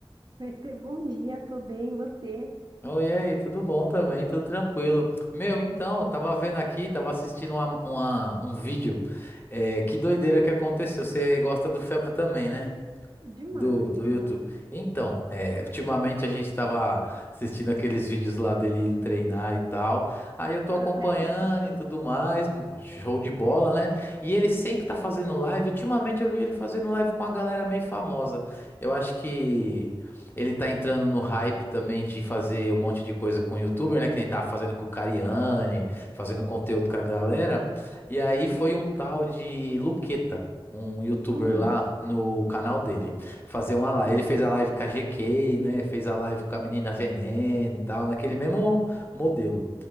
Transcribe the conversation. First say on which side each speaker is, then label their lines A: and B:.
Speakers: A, on the right (about 50°); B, on the left (about 25°).
A: Oi, Fê, bom dia, tô bem, e você?
B: Oi, e aí, tudo bom também, tudo tranquilo. Meu, então, eu tava vendo aqui, tava assistindo uma- uma- um vídeo. É, que doideira que aconteceu. Você gosta do Felca também, né?
A: Demais,
B: Do, do
A: demais.
B: YouTube. Então, é, ultimamente a gente estava assistindo aqueles vídeos lá dele indo treinar e tal. Aí eu tô
A: Ah,
B: acompanhando
A: <laughs>
B: e tudo mais, show de bola, né? E ele sempre tá fazendo live. Ultimamente eu vi ele fazendo live com a galera meio famosa. Eu acho que ele tá entrando no hype também de fazer um monte de coisa com YouTuber, né? Que ele tava fazendo com o Cariani, fazendo conteúdo com a galera. E aí foi um tal de Luqueta, um YouTuber
A: hum,
B: lá no canal dele fazer uma live. Ele fez a live com a GK, né? Fez a live com a menina Veneno e tal, naquele mesmo modelo.